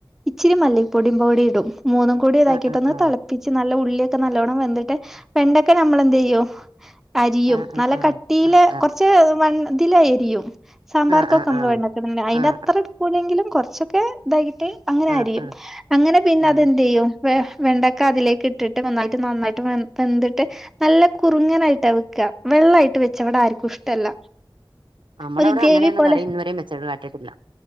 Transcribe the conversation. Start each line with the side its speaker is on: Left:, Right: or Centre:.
Centre: ഇച്ചിരി മല്ലി പൊടി പൊടിടും മൂന്നു പൊടിതാക്കിയിട്ടൊന്ന്
Right: ആഹ് ആഹ് ആഹ്
Centre: തെളപ്പിച്ച് നല്ല ഉള്ളിക്കെ നല്ലോണം വെന്തിട്ട് വെണ്ടക്കനമ്മളെന്തേയൂ അരിയും
Right: ആഹ്
Centre: നല്ല
Right: ആഹ് ആഹ്
Centre: കട്ടിയില്
Right: ആഹ് ആഹ്
Centre: കൊറച്ച് വണ്ണ തിലരിയും സാമ്പാർക്കൊക്കെ
Right: ആഹ് ആഹ് ആഹ്
Centre: മ്മള്
Right: ആഹ്
Centre: വെണ്ടകിടുലെ അതിന്റെ
Right: ആഹ്
Centre: ത്ര എടു ക്കുലെങ്കിലും കൊ റച്ചൊക്കെ ഇതാകിട്ട് അങ്ങനരിയും
Right: ആഹ് ആഹ്
Centre: അങ്ങനെ പിന്നെ
Right: ഉം
Centre: അതെന്തെയും വെണ്ട ക്ക അതിലേക്ക് ഇട്ടിട്ട് നന്നായിട്ട് നന്നായിട്ട് വെന്തിട്ട് നല്ല കുറുങ്ങനായിട്ടവെക്ക വെള്ളായിട്ട് വെച്ചവിടാർക്കും ഇഷ്ടല്ല
Right: അമ്മടവട
Centre: ഒരു ഗ്രേവി
Right: അങ്ങനൊന്നുംകറി
Centre: പോലെ
Right: ഇന്നുവരെയുംവെച്ച് കേട്ടിട്ടില്ല